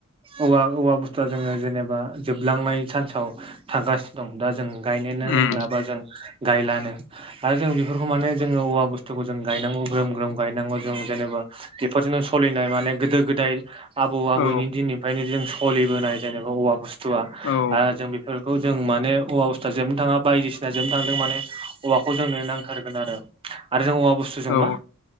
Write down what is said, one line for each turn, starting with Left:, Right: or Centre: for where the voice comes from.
Right: औवा औवा बुस्थुआ जोङो जेनेबा जोबलांनाय सान्साव थांगासिनो दं दा जों गायनोनो
Left: उम
Right: रोंला बा जों गायलानो आरो जों बेफोरखौ माने जोङो औवा बुस्थुखौ जों गायनांगौ ग्रोम ग्रोम गायनांगौ जों जेनेबा बेफोरजोंनो सोलिनाय माने गोदो गोदाय आबौ आबैनि
Left: औ
Right: दिननिफ्रायनो जों सलिबोनाय जेनेबा औवा बुस्थुआ
Left: औ
Right: आ जों बेखौ जों माने औवा बस्थुआ जोबनो थाङा बायदिसिना जोबनो थांदों माने औवा खौ जोंनो नांथारगोन आरो आरो जों औवा बुस्थु जों
Left: औ
Right: मा